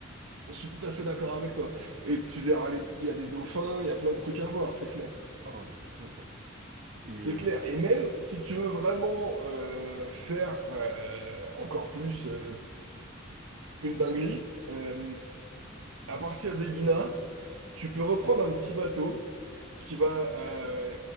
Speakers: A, on the right; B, on the right.
A: je suis tout à fait d'accord avec toi. Et tu verras, les- il y a des dauphins, il y a plein de trucs à voir, c'est clair.
B: Ah mais c'est sympa. Et
A: C'est
B: euh,
A: clair. Et même si tu veux vraiment euh, faire euh, encore plus euh, une dinguerie, euh, à partir des Guinées. Tu peux reprendre un petit bateau qui va, euh,